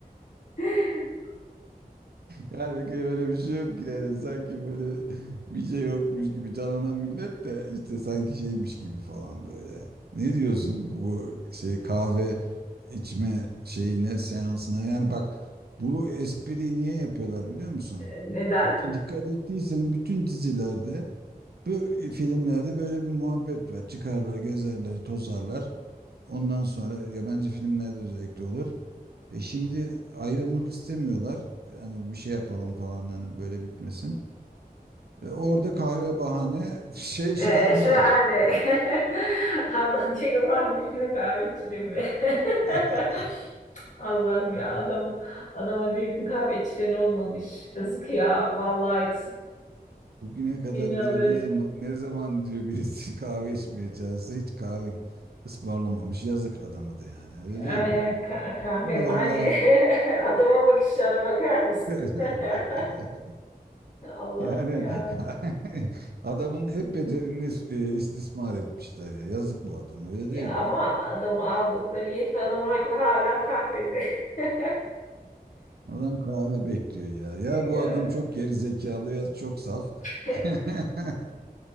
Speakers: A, on the left; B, on the right.
A: <laughs>
B: Yani böyle bir şey yok yani sanki böyle bir şey yokmuş gibi canlanan millet de işte sanki şeymiş gibi falan böyle. Ne diyorsun bu şey kahve içme şeyine seansına yani bak bu espriyi niye yapıyorlar biliyor musun?
A: Neden?
B: Şimdi dikkat ettiysen bütün dizilerde bu filmlerde böyle bir muhabbet var. Çıkarlar, gezerler, tozarlar. Ondan sonra yabancı filmlerde özellikle olur. E şimdi ayrılmak istemiyorlar. Yani bir şey yapalım falan hani böyle bitmesin. E orada kahve bahane <laughs> şey
A: Ee,
B: şahane
A: şahane.
B: oldu.
A: <laughs> Allah diyor Allah'ım bir gün kahve içireyim be.
B: <laughs>
A: <laughs> Allah'ım ya adam adama bir gün kahve içiren olmamış. Yazık ya vallahi yazık.
B: Bugüne kadar
A: Yeniyorum.
B: diyor ne zaman ne zaman diyor birisi <laughs> kahve içmeye çağırsa hiç kahve ısmarlamamış. Yazık adama da yani öyle değil
A: Aynen
B: mi?
A: ka- kahve
B: Bir yalan.
A: bahane. <laughs> Adama bakışlarına bakar mısın?
B: <laughs>
A: <laughs> Allah'ım
B: Yani
A: ya.
B: <laughs> adamın hep bedelini e, istismar etmişler ya. Yazık bu adama öyle
A: Ya
B: değil
A: ama
B: mi?
A: adamı aldıkları yetmiyor. Adamın aklı hala kahvede. <laughs>
B: Adam kahve bekliyor ya. Ya
A: Ya.
B: bu adam çok geri zekalı ya çok saf.
A: <laughs>
B: <laughs>